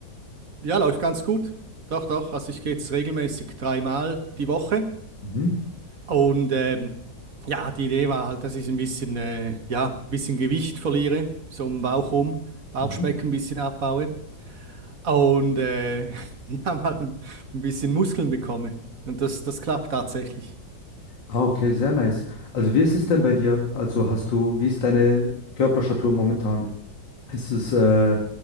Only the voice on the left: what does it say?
Mhm.
Mhm.
Ah, okay, sehr nice. Also, wie ist es denn bei dir? Also, hast du, wie ist deine Körperstatur momentan? Ist es, äh,